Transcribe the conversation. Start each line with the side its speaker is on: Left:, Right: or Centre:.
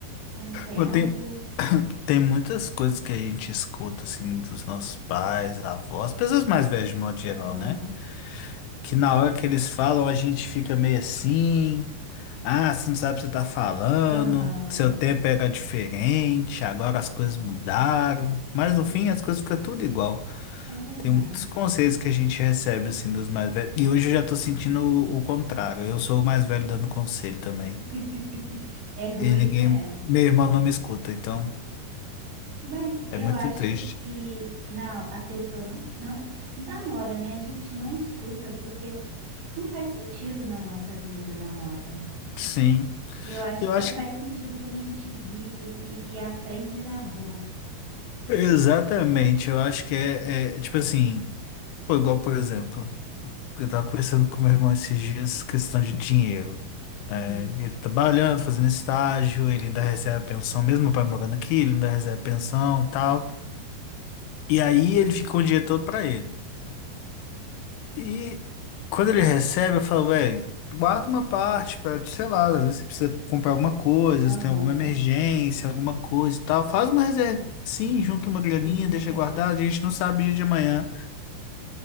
Right: Com o tempo.
Left: Pô, Tem, <coughs> <clears throat> tem muitas coisas que a gente escuta, assim, dos nossos pais, avós, pessoas mais velhas de modo geral,
Right: Aham,
Left: né? Que na hora que eles falam, a gente fica meio assim, ah, você não sabe o que você tá falando,
Right: aham.
Left: seu tempo era diferente, agora as coisas mudaram. Mas
Right: É,
Left: no fim, as coisas ficam tudo igual.
Right: é verdade.
Left: Tem muitos conselhos que a gente recebe, assim, dos mais velhos. E hoje eu já tô sentindo o, o contrário, eu sou o mais velho dando conselho também.
Right: <laughs> É ruim,
Left: E ninguém,
Right: né?
Left: meu irmão não me escuta, então...
Right: Mas eu
Left: É muito
Right: acho
Left: triste.
Right: que não, a pessoa não, não, na hora, né? A gente não escuta porque não faz sentido na nossa vida na hora.
Left: Sim.
Right: E eu acho
Left: Eu
Right: que só
Left: acho
Right: faz
Left: que.
Right: sentido quando a gente vive e, e aprende na dor.
Left: Exatamente. Eu acho que é, é, tipo assim. Pô, igual, por exemplo, eu tava conversando com meu irmão esses dias, questão de dinheiro. É,
Right: Hum,
Left: ele trabalhando, fazendo estágio, ele ainda recebe a pensão, mesmo o pai morando aqui, ele ainda recebe a pensão e tal. E aí ele ficou o dinheiro todo pra ele. E quando ele recebe, eu falo, velho, guarda uma parte pra, sei lá, às vezes você precisa comprar alguma coisa,
Right: aham,
Left: se tem alguma emergência, alguma coisa e tal. Faz uma reserva, sim, junta uma graninha,
Right: ele não
Left: deixa
Right: quer.
Left: guardado, a gente não sabe o dia de amanhã.